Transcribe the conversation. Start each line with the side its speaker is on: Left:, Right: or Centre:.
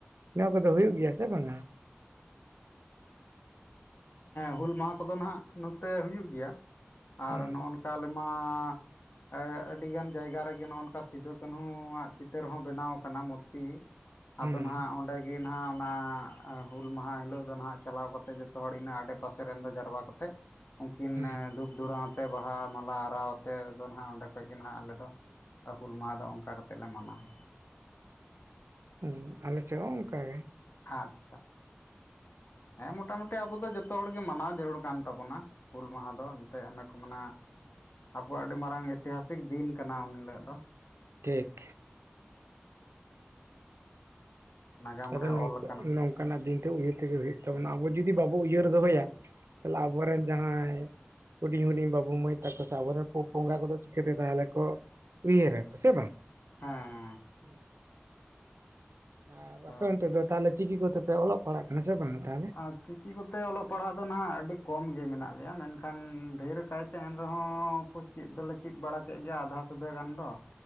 Right: ᱱᱚᱣᱟ ᱠᱚᱫᱚ ᱦᱩᱭᱩᱜ ᱜᱮᱭᱟ ᱥᱮ ᱵᱟᱝᱟ
Left: ᱦᱩᱞ ᱢᱟᱦᱟ ᱠᱚᱫᱚ ᱱᱟᱦᱟᱜ ᱱᱚᱛᱮ ᱦᱩᱭᱩᱜ ᱜᱮᱭᱟ ᱟᱨ
Right: ᱦᱩᱸ
Left: ᱱᱚᱜᱼᱚ ᱱᱚᱝᱠᱟ ᱠᱟᱞ ᱢᱟᱻ ᱟᱹ ᱟᱰᱤᱜᱟᱱ ᱡᱟᱭᱜᱟ ᱨᱮᱜᱮ ᱱᱚᱝᱠᱟ ᱥᱤᱫᱩ ᱠᱟᱹᱱᱦᱩᱚᱣᱼᱟᱜ ᱪᱤᱛᱟᱹᱨ ᱦᱚ ᱵᱮᱱᱟᱣ ᱠᱟᱱᱟ ᱢᱩᱨᱛᱤ ᱾ ᱟᱫᱚ
Right: ᱦᱩᱸ
Left: ᱱᱟᱦᱟᱜ ᱚᱸᱰᱮ ᱜᱮ ᱱᱟᱦᱟᱜ ᱚᱱᱟ ᱦᱩᱞ ᱢᱟᱦᱟ ᱦᱤᱞᱳᱜ ᱫᱚ ᱱᱟᱦᱟᱜ ᱪᱟᱞᱟᱣ ᱠᱟᱛᱮ ᱡᱚᱛᱚ ᱦᱚᱲ ᱤᱱᱟᱹ ᱟᱰᱮᱯᱟᱥᱮ ᱨᱮᱱ ᱫᱚ ᱡᱟᱨᱣᱟ ᱠᱟᱛᱮᱫ ᱩᱱᱠᱤᱱ
Right: ᱦᱩᱸ
Left: ᱫᱷᱩᱯ ᱫᱷᱩᱲᱟᱹᱛ ᱵᱟᱦᱟ ᱢᱟᱞᱟ ᱟᱨᱟᱣ ᱛᱮ ᱫᱚ ᱱᱟᱦᱟᱜ ᱚᱸᱰᱮ ᱠᱷᱚᱡ ᱜᱮ ᱱᱟᱦᱟᱜ ᱟᱞᱮ ᱫᱚ ᱟᱨ ᱦᱩᱞ ᱢᱟᱦᱟ ᱫᱚ ᱚᱱᱠᱟ ᱠᱟᱛᱮᱜ ᱞᱮ ᱢᱟᱱᱟᱣᱟ
Right: ᱦᱩᱸ ᱟᱞᱮ ᱥᱮᱫ ᱦᱚᱸ ᱚᱱᱠᱟ ᱜᱮ
Left: ᱦᱟᱛ ᱦᱮᱸ ᱢᱚᱴᱟ ᱢᱩᱴᱤ ᱟᱵᱚ ᱡᱚᱛᱚ ᱦᱚᱲ ᱜᱮ ᱢᱟᱱᱟᱣ ᱡᱟᱹᱨᱩᱲ ᱠᱟᱱ ᱛᱟᱵᱚᱱᱟ ᱦᱩᱞ ᱢᱟᱦᱟ ᱫᱚ ᱮᱱᱛᱮᱫ ᱚᱱᱮ ᱠᱚ ᱢᱮᱱᱟ ᱟᱵᱚᱣᱟᱜ ᱟᱹᱰᱤ ᱢᱟᱨᱟᱝ ᱤᱛᱤᱦᱟᱥᱤᱠ ᱫᱤᱱ ᱠᱟᱱᱟ ᱩᱱ ᱦᱤᱞᱳᱜ ᱫᱚ
Right: ᱴᱷᱤᱠ
Left: ᱱᱟᱜᱟᱢ
Right: ᱟᱫᱚ
Left: ᱨᱮ ᱚᱞ ᱟᱠᱟᱱᱟ
Right: ᱱᱚᱝᱠᱟᱱᱟᱜ ᱫᱤᱱᱛᱮ ᱩᱭᱦᱟᱹᱨ ᱛᱮᱜᱮ ᱦᱩᱭᱩᱜ ᱛᱟᱵᱚᱱᱟ ᱟᱵᱚ ᱡᱚᱫᱤ ᱵᱟᱵᱚ ᱩᱭᱦᱟᱹᱨ ᱫᱚᱦᱚᱭᱟ ᱛᱟᱦᱚᱞᱮ ᱟᱵᱚᱨᱮᱱ ᱡᱟᱦᱟᱸᱭ ᱦᱩᱰᱤᱧ ᱦᱩᱰᱤᱧ ᱵᱟᱹᱵᱩ ᱢᱟᱹᱭ ᱛᱟᱠᱚ ᱥᱮ ᱟᱵᱚᱨᱮᱱ ᱵᱚᱸᱜᱟ ᱠᱚᱫᱚ ᱪᱤᱠᱟᱹᱛᱮ ᱛᱟᱦᱚᱞᱮ ᱠᱚ ᱩᱭᱦᱟᱹᱨᱟᱠᱚ ᱥᱮ ᱵᱟᱝ
Left: ᱦᱮᱸᱻ
Right: ᱦᱩᱸ ᱟᱨ
Left: ᱟᱫᱚ
Right: ᱟᱯᱮ ᱚᱱᱛᱮ ᱫᱚ ᱛᱟᱦᱚᱞᱮ ᱪᱤᱠᱤ ᱠᱚᱛᱮᱯᱮ ᱚᱞᱚᱜ ᱯᱟᱲᱦᱟᱜ ᱠᱟᱱᱟ ᱥᱮ ᱵᱟᱝᱼᱟ ᱛᱟᱦᱚᱞᱮ
Left: ᱟᱨ ᱪᱤᱠᱤ ᱠᱚᱛᱮ ᱚᱞᱚᱜ ᱯᱟᱲᱦᱟᱜ ᱫᱚ ᱱᱟᱦᱟᱜ ᱟᱹᱰᱤ ᱠᱚᱢᱜᱮ ᱢᱮᱱᱟᱜ ᱞᱮᱭᱟ ᱢᱮᱱᱠᱷᱟᱱ ᱰᱷᱮᱨ ᱠᱟᱭᱛᱮ ᱮᱱᱨᱮᱦᱚᱸ ᱠᱚ ᱪᱮᱫ ᱫᱚᱞᱮ ᱪᱮᱫ ᱵᱟᱲᱟ ᱠᱮᱜ ᱜᱮᱭᱟ ᱟᱫᱷᱟ ᱥᱩᱫᱷᱟᱹ ᱜᱟᱱ ᱫᱚ